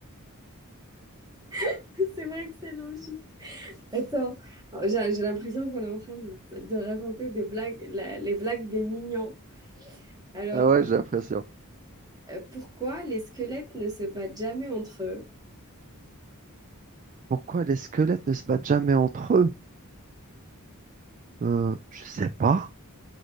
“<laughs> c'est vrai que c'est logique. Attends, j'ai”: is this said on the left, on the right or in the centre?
Right